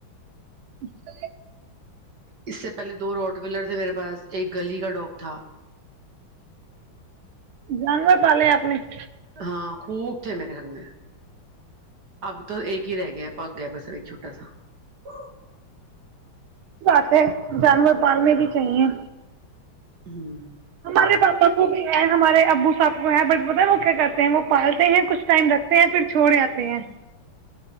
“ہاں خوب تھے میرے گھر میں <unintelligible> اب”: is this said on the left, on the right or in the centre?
Right